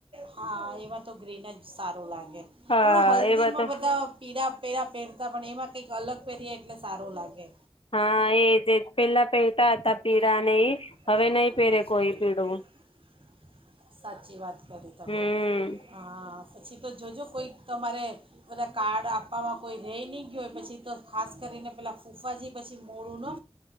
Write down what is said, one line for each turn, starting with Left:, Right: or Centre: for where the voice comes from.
Right: હા એમાં તો ગ્રીન જ સારું લાગે
Left: હા
Right: આપણા હલ્દીમાં
Left: એવા તો
Right: બધા પીળા પેરા પેર ત પણ એમાં કંઈક અલગ પહેરીએ એટલે સારું લાગે
Left: હા એ જ એ જ પેલા પહેરતા હતા પીળા ને એ
Right: <inaudible>
Left: હવે નહી પહેરે કોઈ પીળું
Right: સાચી વાત કરી તમે,
Left: હમ
Right: હા પછી તો જોજો કોઈ તમારે બધા કાર્ડ આપવામાં કોઈ રેય ની ગયું હોય પછી તો ખાસ કરીને પેલાં ફૂફાજી પછી મોડુંનો